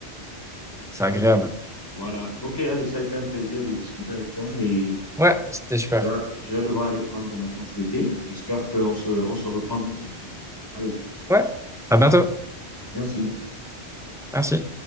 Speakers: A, in the centre; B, on the left.
A: c'est
B: bon,
A: agréable.
B: donc, voilà. OK, allez, ça a été un plaisir de discuter avec toi et
A: Ouais, c'était super.
B: je vais, je vais devoir aller prendre ma tasse d'été. J'espère qu'on se, on se reprend bientôt, quoi. Allez,
A: Ouais, à bientôt.
B: merci.
A: Merci.